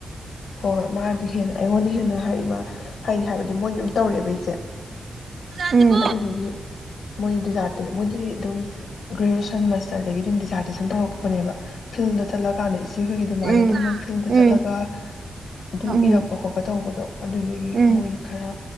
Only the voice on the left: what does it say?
ꯍꯣꯏ ꯃꯥꯅꯗꯤ ꯍꯦꯟꯅ ꯑꯩꯉꯣꯟꯗꯩꯩ ꯍꯦꯟꯅ ꯍꯩ ꯃꯥ ꯍꯩ ꯍꯥꯏꯕꯗꯤ ꯃꯣꯏ ꯑꯗꯨꯝ ꯇꯧꯔꯛꯑꯦꯕ ꯏꯆꯦ
ꯑꯗꯨꯗꯨꯒꯤ ꯃꯣꯏ ꯗꯤꯖꯥꯔꯇꯦ ꯃꯣꯏꯗꯤ ꯑꯗꯨꯝ ꯒ꯭ꯔꯦꯖꯨꯋꯦꯁꯟ ꯃꯁꯇ꯭ꯔꯗꯒꯤ ꯑꯗꯨꯝ ꯗꯤꯖꯥꯔ ꯀꯤꯁꯟ ꯇꯧꯔꯛꯄꯅꯦꯕ ꯐꯤꯜꯗ ꯆꯠꯂ ꯀꯥꯟꯗ ꯏꯆꯦ ꯍꯣꯏꯒꯤ ꯑꯗꯨꯃꯥꯏꯅ
ꯑꯗꯨꯝ ꯃꯣꯏ ꯐꯤꯜꯗ
ꯆꯠꯂꯒ ꯑꯗꯨꯝ
ꯏꯔꯛꯄ ꯈꯣꯠꯄ ꯇꯧꯕꯗꯣ ꯑꯗꯨꯗꯒꯤ
ꯃꯣꯏ ꯈꯔ